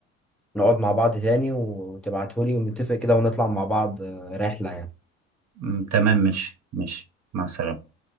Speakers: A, in the centre; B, on the right.
A: نقعد مع بعض تاني وتبعتهولي ونتفق كده ونطلع مع بعض آه، رحلة يعني
B: م، تمام ماشي ماشي مع السلامه